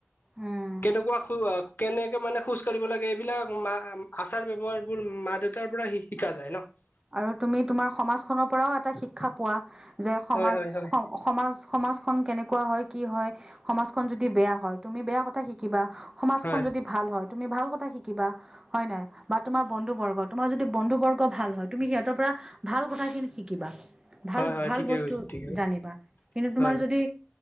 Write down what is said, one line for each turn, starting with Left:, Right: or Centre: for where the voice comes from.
Right: উম
Left: কেনেকুৱা খু আ কেনেকে মানে খোজকাঢ়িব লাগে এইবিলাক মা আচাৰ ব্যৱহাৰবোৰ মা দেউতাৰ পৰা শিকা যায় ন'?
Right: আৰু তুমি তোমাৰ সমাজখনৰ পৰাও এটা শিক্ষা পোৱা। যে সমাজ
Left: হয় হয় হয়
Right: সমাজ সমাজখন কেনেকুৱা হয় কি হয় সমাজখন যদি বেয়া হয় তুমি বেয়া কথা শিকিবা সমাজখন
Left: হয়
Right: যদি ভাল হয় তুমি ভাল কথা শিকিবা। হয় নাই, বা তোমাৰ বন্ধুবৰ্গ তোমাৰ যদি বন্ধুবৰ্গ ভাল হয় তুমি সিহঁতৰ পৰা, ভাল কথাখিনি শিকিবা। ভাল
Left: হয় হয়
Right: ভাল
Left: ঠিকে
Right: বস্তু
Left: কৈছে ঠিকে কৈছে
Right: জানিবা কিন্তু তোমাৰ
Left: হয়
Right: যদি